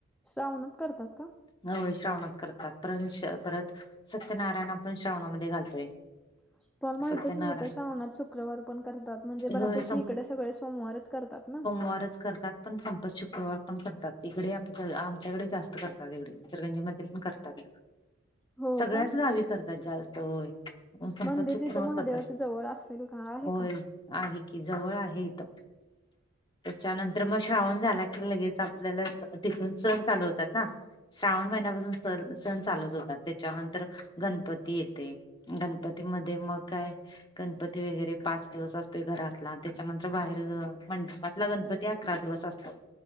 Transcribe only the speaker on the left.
होय श्रावणात करतात परण श परत सत्यनारायण आपण श्रावणामध्ये घालतोय.
सत्यनारायण
होय
वारच करतात. पण संपत शुक्रवार पण करतात इकडे आमच्या आमच्याकडे जास्त करतात इकडे इंचलकरंजीमध्ये पण करतात.
सगळ्याच
गावी करतात जास्त होय. संपत
शुक्रवार
करतात
होय
आहे कि जवळ आहे इथ. त्याच्यानंतर मग श्रावण झाला की लगेच आपल्याला तिथून सण चालू होतात ना. श्रावण महिन्यापासून स सण चालूच होतात त्याच्यानंतर गणपती येतेय गण गणपतीमध्ये मग काय? गणपती वगैरे पाच दिवस असतोय घरातला त्याच्यानंतर बाहेर मंडपातला गणपती अकरा दिवस असतो